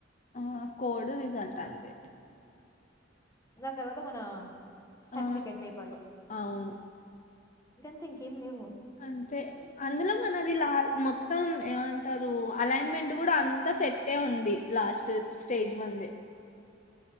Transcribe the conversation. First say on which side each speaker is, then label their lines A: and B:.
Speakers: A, on the left (about 40°); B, on the left (about 15°).
A: ఆ కోడు రిజల్ట్ అంతే
B: దాన్ తర్వాత మన.
A: ఆ
B: సర్టిఫికెట్ పేపర్లు.
A: అవును
B: గంతే ఇంకేం లేవు.
A: అంతే అందులో మనది లా మొత్తం ఏమంటారు అలైన్మెంట్ కూడా అంతా సెట్ ఏ ఉంది లాస్ట్ స్టేజ్ వంది.